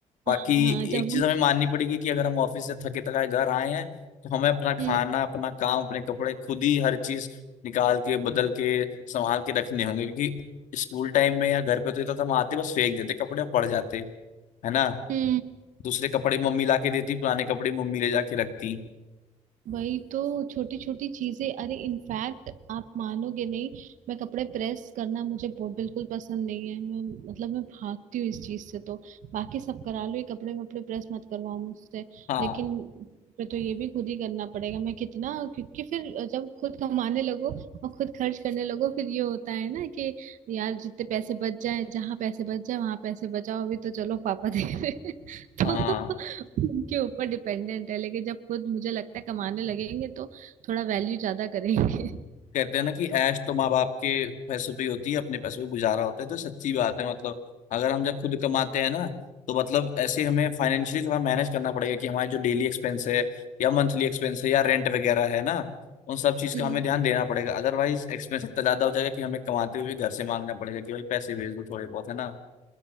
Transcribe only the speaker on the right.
हाँ हाँ जब
हम
हम्म
हम्म
वही तो छोटी छोटी चीजें अरे इनफैक्ट आप मानोगे नहीं मैं कपड़े प्रेस करना मुझे बहुत बिल्कुल पसंद नहीं है मैं मतलब मैं भागती हूँ इस चीज से तो बाकी सब करा लो ये कपड़े वपड़े प्रेस मत करवाओ मुझसे
लेकिन फिर तो ये भी खुद ही करना पड़ेगा मैं कितना क्योंकि फिर जब खुद कमाने लगो और खुद खर्च करने लगो फिर ये होता है ना कि यार जितने पैसे बच जाए जहाँ पैसे बच जाए वहां पैसे बचाओ अभी तो चलो पापा दे रहे हैं। <laughs>
तो उनके ऊपर डिपेंडेंट है लेकिन जब खुद मुझे लगता है कमाने लगेंगे तो थोड़ा वैल्यू ज्यादा करेंगे
हम्म